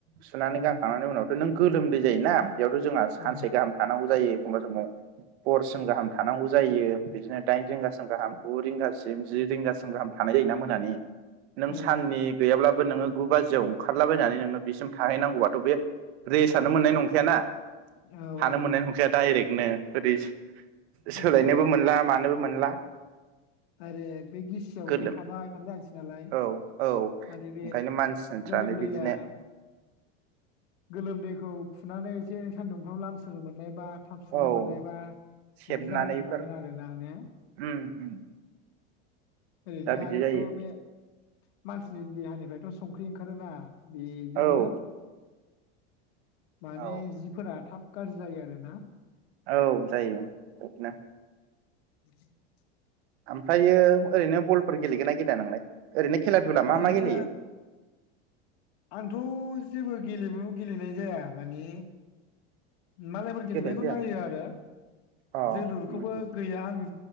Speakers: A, on the right (about 70°); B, on the left (about 70°).
A: सुनानै
B: औ
A: गानखांनानै उनावथ नों गोलोमदै जायोना बेयावथ जोंहा सानसे
B: औ
A: गाहाम थानांगौ जायो खमबा समाव हरसिम गाहाम थानांगौ जायो बिदिनो दाइन रिंगासिम गाहाम गु रिंगासिम जि रिंगासिम गाहाम थानाय जायोना मोनानि नों
B: औ
A: साननि गैयाब्लाबो नोङो गु बाजियाव ओंखारलाबायनानै नोंनो बेसिम थाहैनांगौबाथ' बे रेसानो मोननाय नंखायाना।
B: औ
A: हानो
B: औ
A: मोननाय नंखाया डाइरेक्ट। नो ओरै सोलायनोबो
B: बे
A: मोनला मानो नोबो मोनला
B: आरे बे गिसियावनो
A: गोलो
B: थाबाय थानाय जानोसै ना? लाय
A: औ औ
B: माने बे
A: ओंखायनो मानसिफ्रानो
B: गोलोमदैया
A: बिदिनो
B: गोलोमदैखौ खुनानै एसे सानदुंफ्राव लान्सोनो मोननाय बा थाब सुनो
A: औ
B: मोननायबा
A: सेबनानैफोर
B: बिदि जानाय नङामोन आरोना ने?
A: उम उम
B: ओरैनो
A: दा बिदि
B: आरोथ
A: जायो
B: बे मानसिनि देहानिफ्रायथ संख्रि ओंखारोना। बेजोंनो
A: औ।
B: माने
A: औ
B: जिफोरा थाब गाज्रि जायो आरोना।
A: औ जायो बिदिनो
B: <inaudible>
A: ओमफ्रायो ओरैनो बलफोर गेलेगोनना गेलेया नोंलाय ओरैनो खेला दुला मा
B: ओरैनो
A: मा गेलेयो?
B: आंथ' जेबो गेलेमु गेलेनाय जाया माने मालायफोर गेलेनायखौ
A: गेलेनाय जाया
B: नायो आरो
A: अ
B: जोलुरखौबो
A: उम उम
B: गैया आं